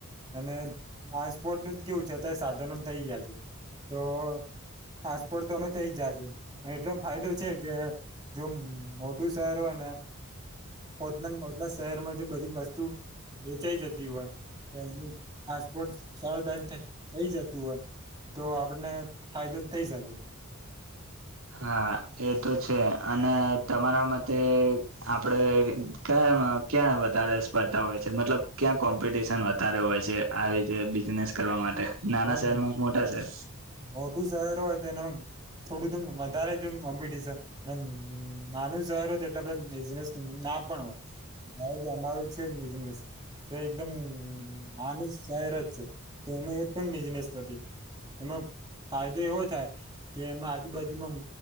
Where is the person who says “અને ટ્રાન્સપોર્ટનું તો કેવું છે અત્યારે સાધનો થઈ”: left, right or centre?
Right